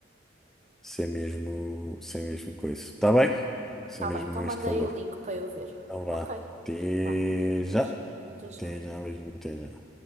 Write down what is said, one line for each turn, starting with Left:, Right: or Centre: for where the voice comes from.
Centre: se é mesmo, se é mesmo coisa. Está bem? Se
Right: Tá
Centre: é mesmo
Right: bem, então manda
Centre: este valor.
Right: aí o link para eu ver.
Centre: Então vá.
Right: Ok,
Centre: Até
Right: vá. Beijinho,
Centre: já.
Right: até já.
Centre: Até já, beijinho, até já.